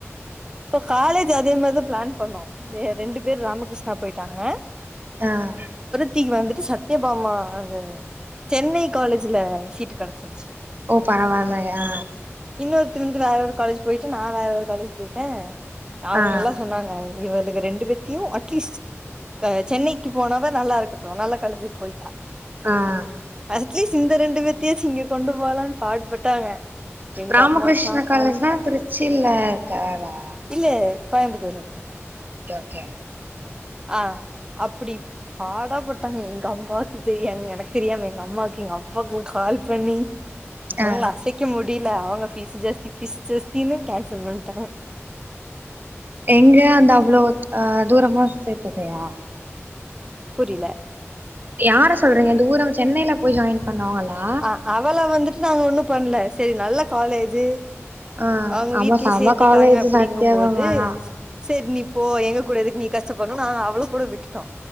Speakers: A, on the right (about 15°); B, on the right (about 40°).
A: இப்போ காலேஜி அதே மாரி தா ப்ளான் பண்ணோ ஏ ரெண்டு பேர் ராமகிருஷ்ணா போயிட் ட்டாங்க
B: ஆஹ்
A: திக்கு வந்துட்டு சத்யபாமா அந்த சென்னை காலேஜ்ல சீட் கெடச்சு சு
B: ஓ பரவாயில்லையா
A: இன்னொருத்தி வந்து வேற காலேஜ் போய்ட்டு நா வேற ஒரு காலேஜ் போய்ட்டே அவுங்க
B: ஆ
A: எல்லா சொன்னாங்க அது இவளுக ரெண்டு பேத்தையு அட்லீஸ்ட் சென்னைக்கு போனவாத நல்லாருக்கட்டு நல்ல காலேஜுக்கு போய்ட்டா
B: ஆஹ்
A: ஸ்லீஸ் இந்த ரெண்டு பேத்தயு சிங்க கொண்டு போலான் பாடுபட்டாங்க எங்க
B: ராமகிருஷ்ண
A: அம்மாட்ற
B: காலேஜ்
A: கால்
B: தா திருச்சில இருக்காதா
A: இல்லயே கோயம்புத்தூர்ல
B: கே
A: ஆஹ் அப்டி பாடா போட்டாங்க எங்க அம்பாக்கு தெரியாதுங்க எனக் தெரியாம எங்க அம்மாக்கு எங்க அப்பாக்குளா கால் பண்ணி அவுங்கள
B: ஆ
A: அசைக்க முடில அவு ஃபீஸ் ஜாஸ்தி ஃபீஸ் ஜாஸ்தீன்னு கேன்சல் பண்டாங்க
B: எங்க அந்த அவ்ளோ அஹ் தூரமா சேத்ததையா
A: புரில
B: யார சொல்றீங்க தூரோ சென்னைல போய் ஜாயின் பண்ணுவங்ளா
A: ஆ அவள வந்துட்டு நாங்க ஒன்னு பண்ணல சரி நல்ல காலேஜு
B: ஆ
A: அவுங்க
B: ஆமா
A: வீட்ல
B: செம
A: சேத்திட்டாங்க
B: காலேஜ்
A: அப்டிங்கம்போது
B: சத்தியமா வேணா
A: சரி நீ போ எங்க கூட எதுக் நீ கஷ்ட பட்ணு நா அவள கூட விட்டுட்டோ